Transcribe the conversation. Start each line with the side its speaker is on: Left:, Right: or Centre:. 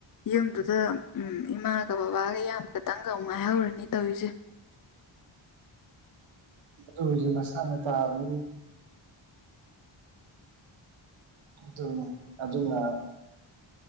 Left: ꯌꯨꯝꯗꯨꯗ ꯎꯝ ꯏꯃꯥꯒ ꯕꯕꯥꯒ ꯏꯌꯥꯝꯕ ꯈꯇꯪꯒ ꯉꯥꯏꯍꯧꯔꯅꯤ ꯇꯧꯔꯤꯁꯦ <inaudible>
Right: ꯑꯗꯨꯕꯨꯗꯤ ꯃꯁꯥꯅ ꯇꯥꯕꯅꯤꯅꯦ ꯑꯗꯨꯅꯤ ꯑꯗꯨꯅ